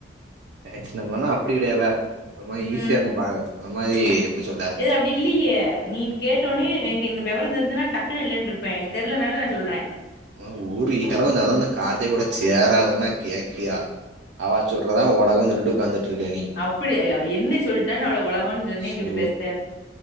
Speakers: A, on the right; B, on the left.
A: ஃபேன்சி நம்பர்ன்னா அப்டி கெடையாதே ஒரு மாதிரி ஈஸியா
B: ம்
A: இருக்கு பாக்றக்கு ஒரு மாதிரி எப்டி சொல்ல
B: இது அப்டி இல்லையே நீ கேட்ட ஒன்னயே எனக்கு இந்த விவரோ தெரிஞ்சுதுன்னா டக்குனு இல்லன்ருப்பே எனக்கு தெரியலனால நா சொல்றே
A: ஆ ஊறி <unintelligible> கார்த்தி கூட சேராதன்னா கேக்கியா அவா சொல்றதா உலகோன்னு சொல்லிட்டு உட்காந்துட்டு இருக்கே நீ
B: அப்டி ஏல அவ என்ன சொல்லிட்டான்னு அவள உலகம்னு சொன்னேன்னு
A: சோ
B: அப்டி பேசுத